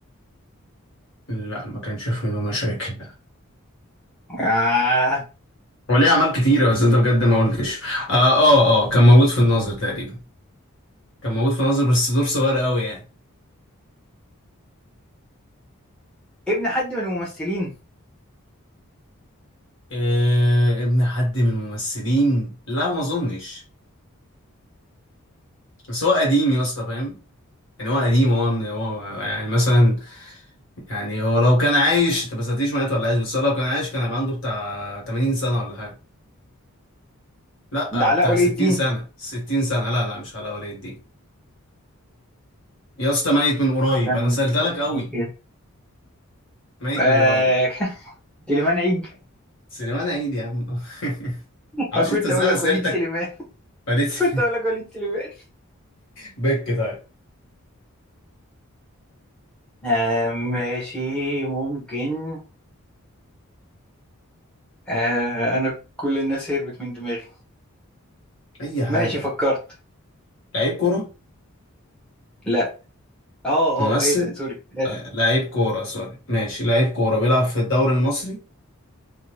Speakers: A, on the left; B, in the centre.
A: لا ما كانش في منه مشاكل
B: آه.
A: وليه اعمال كتيرة بس انت بجد ما قلتش اه اه اه كان موجود في الناظر تقريبا كان موجود في الناظر بس دور صغير قوي يعني
B: ابن حد من الممثلين
A: آه ابن حد من الممثلين لا ما اظنش بس هو قديم يا اسطى فاهم يعني هو قديم هو من هو يعني مثلا يعني هو لو كان عايش انت ما سألتنيش مات ولا عايش بس هو لو كان عايش كان هيبقى عنده بتاع 80 سنة ولا حاجة لا
B: ده علاء
A: بتاع
B: ولي
A: 60
B: الدين
A: سنة 60 سنة لا لا مش على ولي الدين يا اسطى ميت من قريب
B: عشان
A: انا سألت
B: بس
A: لك قوي
B: دي كده
A: ميت
B: آه.
A: من قريب
B: <laughs> سليمان عيد
A: سليمان عيد يا عم <laughs>
B: <laughs>
A: معرفش
B: أنا كنت
A: انت ازاي
B: أقول لك
A: اسئلتك
B: وليد سليمان
A: فريت
B: <laughs>
A: <laughs>
B: كنت أقول لك وليد سليمان
A: بك طيب
B: آه. ماشي ممكن آه. أنا كل الناس هربت من دماغي
A: اي حاجة
B: ماشي فكرت
A: لعيب كورة
B: لا اه
A: ممثل
B: اه ايه ده سوري آسف.
A: آه، لعيب كورة سوري ماشي لعيب كورة بيلعب في الدوري المصري